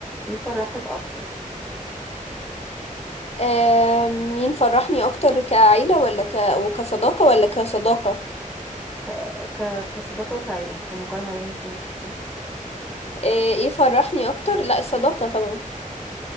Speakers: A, in the centre; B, on the left.
A: مين فرحك اكتر
B: آم، مين فرحني أكتر كعيلة ولا ك... وكصداقة ولا كصداقة
A: ك... ك... كصداقة وكعيلة المقارنة بين الاتنين دول
B: آه، ايه فرحني أكتر لا الصداقة طبعا